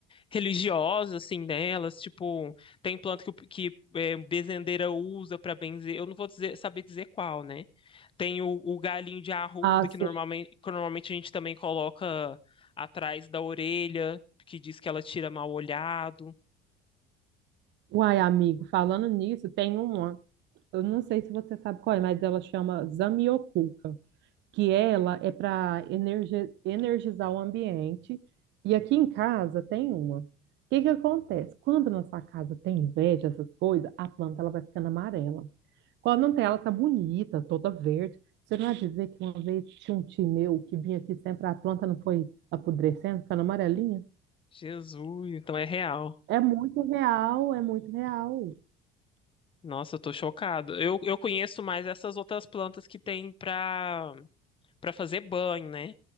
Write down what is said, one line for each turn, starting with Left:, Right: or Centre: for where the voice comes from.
Left: religiosa, assim, delas, tipo, tem planta que, o- que é, bezendeira usa pra benzer, eu não vou dizer, saber dizer qual, né? Tem o, o galinho de arruda,
Right: Ah,
Left: que
Right: sim.
Left: normalmente, que normalmente a gente também coloca atrás da orelha, que diz que ela tira mal olhado.
Right: Uai, amigo, falando nisso, tem uma, eu não sei se você sabe qual é, mas ela chama Zamioculca, que ela é para energizar o ambiente. E aqui em casa tem uma. O que que acontece? Quando na sua casa tem inveja, essas coisas, a planta ela vai ficando amarela. Quando não tem, ela tá bonita, toda verde. Você não há de ver que uma vez tinha um tio meu que vinha aqui sempre, a planta não foi apodrecendo, ficando amarelinha?
Left: Jesus, então é real.
Right: É muito real, é muito real.
Left: Nossa, eu tô chocado. Eu, eu conheço mais essas outras plantas que tem pra para fazer banho, né?